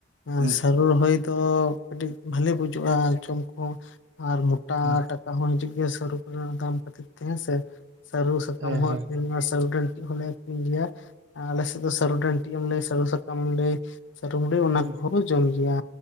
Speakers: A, on the left (about 75°); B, on the right (about 85°).
A: ᱟᱸᱻ
B: ᱦᱩᱸ
A: ᱥᱟᱹᱨᱩ ᱨᱚᱦᱚᱭᱼᱼ ᱛᱚ ᱠᱟᱹᱴᱤᱡ ᱵᱷᱟᱞᱤ ᱵᱩᱡᱩᱜ-ᱟ ᱡᱚᱢ ᱠᱩᱦᱚᱸ ᱟᱨ ᱢᱚᱴᱟ
B: ᱦᱩᱸ
A: ᱴᱟᱠᱼᱼ ᱠᱟ ᱦᱚᱸ ᱦᱤᱡᱩᱜ ᱜᱮᱭᱟ ᱥᱟᱹᱨᱩ ᱠᱚᱨᱮ ᱱᱟᱜ ᱫᱟᱢ ᱠᱷᱟᱹᱛᱤᱨ ᱛᱮ ᱦᱮᱸ ᱥᱮ᱾ ᱥᱟᱹᱨᱩ ᱥᱟᱠᱟᱢ
B: ᱦᱮᱸ
A: ᱦᱚᱸ
B: ᱦᱮᱸ
A: ᱟᱹᱠᱷᱨᱤᱧᱚᱜ-ᱟ ᱥᱟᱹᱨᱩ ᱰᱟᱹᱱᱴᱤᱡ ᱦᱚᱸᱞᱮᱼᱼ ᱷᱠᱤᱨᱤᱧ ᱜᱤᱭᱟ ᱟᱸᱻ ᱟᱞᱮ ᱥᱮᱜ ᱫᱚ ᱥᱟᱹᱨᱩ ᱰᱟᱹᱱᱴᱤᱡ ᱮᱢ ᱞᱟᱹᱭ ᱥᱟᱹᱨᱩ ᱥᱟᱠᱟᱢᱮᱢ ᱞᱟᱹᱭ ᱥᱟᱹᱨᱩᱢ ᱞᱟᱹᱭ ᱚᱱᱟ
B: ᱦᱩᱸ
A: ᱠᱩᱦᱚᱸᱼᱼ ᱡᱚᱢ‌ ᱜᱮᱭᱟ